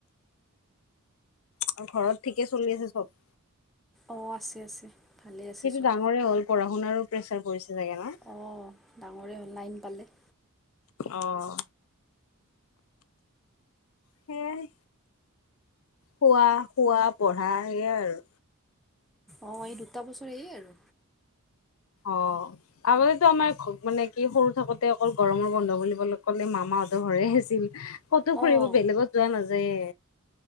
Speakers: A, on the left; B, in the centre.
A: আৰু ঘৰত ঠিকে চলি আছে চব?
B: অ আছে আছে। ভালেই আছে
A: সিটো
B: চব
A: ডাঙৰেই হ'ল পঢ়া - শুনাৰো প্ৰেচাৰ পৰিছে চাগে ন?
B: অ ডাঙৰে হ'ল নাইন পালে।
A: অহ সেয়াই। শুৱা খোৱা, পঢ়া সেয়াই আৰু।
B: অ এই দুটা বছৰে এই আৰু।
A: অ আগতেতো আমাৰ মানে কি সৰু থাকোতে অকল গৰমৰ বন্ধ বুলিবলে ক'লে মামাহঁতৰ ঘৰে আছিল। কতো
B: অঁ
A: ফুৰিব বেলেগত যোৱা নাযায়।